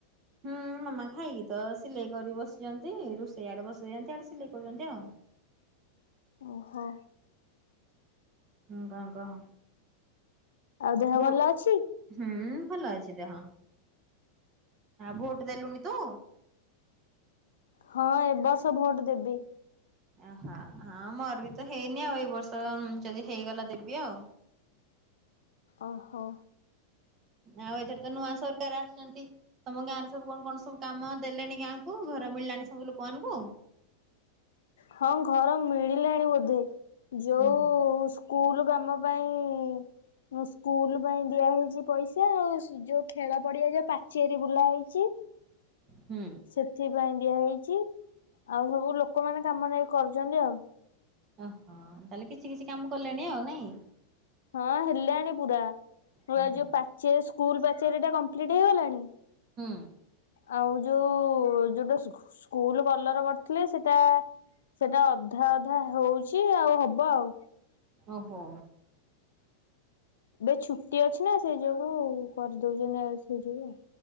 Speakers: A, on the right; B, on the left.
A: ହୁଁ ମାମା ଖାଇକି ତ ସିଲେଇ କରି ବସିଚନ୍ତି ରୁଷେଇ ଆଡେ ବସେଇଚନ୍ତି ଆଡେ ସିଲେଇ କରୁଚନ୍ତି ଆଉ।
B: ଓହୋ।
A: ହୁଁ କଣ କହ?
B: ଆଉ ଦେହ
A: ଭୋଟ
B: ଭଲ ଅଛି?
A: ହୁଁ ଭଲ ଅଛି ଦେହ। ଭୋଟ ଦେଲୁଣି ତୁ?
B: ହଁ ଏ ବର୍ଷ ଭୋଟ ଦେବି।
A: ଆହା ହଁ ମୋର ବି ତ ହେଇନି ଆଉ ଏଇ ବର୍ଷ ଯଦି ହେଇଗଲା ଦେବି ଆଉ।
B: ଓହୋ।
A: ଆଉ ଏଥର ତ ନୂଆ ସରକାର ଆସଚନ୍ତି। ତମ ଗାଁ ରେ ସବୁ କଣ କଣ ସବୁ କାମ ଦେଲେଣି ଗାଁ କୁ ଘର ମିଳିଲାଣି ସବୁ ଲୁକମାନଙ୍କୁ?
B: ହଁ ଘର ମିଳିଲାଣି ବୋଧେ ଯୋଉ।
A: ହୁଁ ହୁଁ।
B: ସ୍କୁଲ କାମ ପାଇଁ ସ୍କୁଲ ପାଇଁ ଦିଆହେଇଚି ପଇସା ଆଉ। ଯୋଉ ଖେଳ ପଡିଆ ଯୋଉ ପାଚେରି ବୁଲା ହେଇଚି।
A: ହୁଁ।
B: ସେଥିପାଇଁ ଦିଆ ହେଇଚି ଆଉ ସବୁ ଲୋକମାନେ କାମ ନେଇ କରୁଚନ୍ତି ଆଉ।
A: ଓହୋ ତାହାଲେ କିଛି କିଛି କାମ କଲେଣି ଆଉ ନାଇଁ।
B: ହଁ ହେଲାଣି ପୁରା ପୁରା
A: ହୁଁ ହୁଁ
B: ଯୋଉ ପାଚେରି ସ୍କୁଲ ପାଚେରିଟା କମ୍ପ୍ଲିଟ ହେଇଗଲାଣି।
A: ହୁଁ।
B: ଆଉ ଯୋଉ ଯୋଉଟା ସ୍କୁଲ କଲର କରିଥିଲେ ସେଟା। ସେଟା ଅଧା ଅଧା ହଉଚି ଆଉ ହବ ଆଉ।
A: ଓହୋ।
B: ଏବେ ଛୁଟି ଅଛି ନା ସେଇ ଯୋଗୁ କରିଦଉଚନ୍ତି <unintelligible> ସେଇ ଯୋଗୁ ଆଉ।